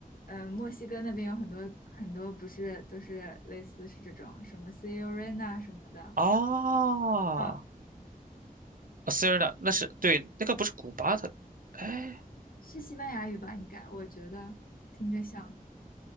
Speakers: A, on the left; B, on the right.
A: 呃，墨西哥那边有很多很多，不是都是类似是这种什么 Selena 什么的。
B: 哦，
A: 嗯，
B: 啊 s e r e a 那是对，那个不是古巴的，哎，
A: 是西班牙语吧？应该，我觉得听着像，